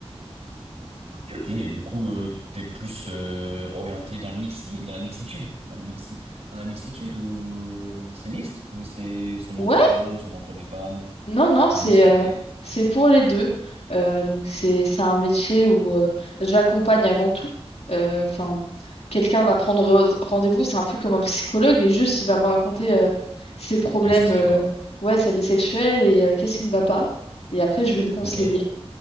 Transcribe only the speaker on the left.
Ouais,
Non, non, c'est
euh, c'est pour les deux. Euh, donc c'est c'est un métier où euh, j'accompagne avant tout. Euh, Enfin, quelqu'un va prendre rendez-vous, c'est un peu comme un psychologue et juste il va me raconter euh, ses problèmes,
euh,
ouais, sa vie sexuelle et euh, qu'est-ce qui ne va pas. Et après, je vais le conseiller.